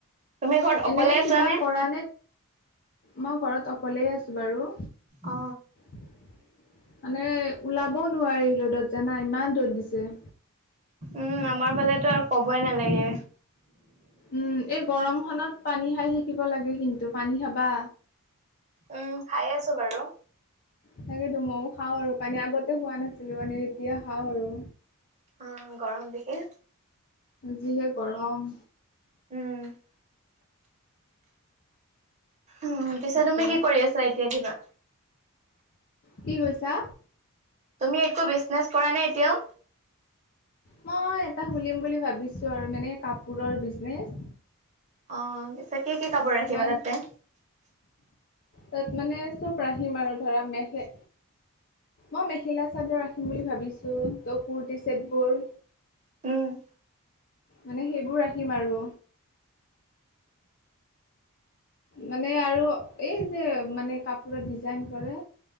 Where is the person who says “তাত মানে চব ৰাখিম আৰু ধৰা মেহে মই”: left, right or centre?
Left